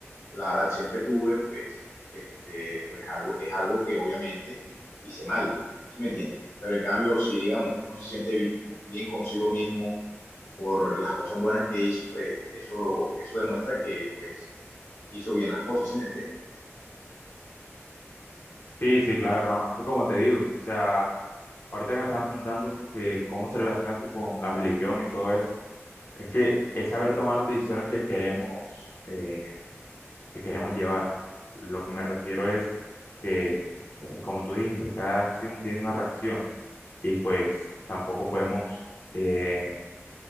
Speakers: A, on the left; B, on the left.
A: la, la acción que tuve, pues, este, pues algo, es algo que obviamente hice mal, ¿sí me entiendes? Pero en cambio, si digamos, uno se siente bien, bien consigo mismo por las cosas buenas que hizo, pues eso, eso demuestra que pues hizo bien las cosas, ¿sí me entiendes?
B: Sí, sí, claro, hermano. Es que como te digo, o sea, ahorita que me estás preguntando que cómo se relaciona tú con la religión y todo eso, es que es saber tomar las decisiones que queremos, eh, que queremos llevar. Lo que me refiero es que, eh, como tú dijiste, cada acción tiene una reacción y pues tampoco podemos eh,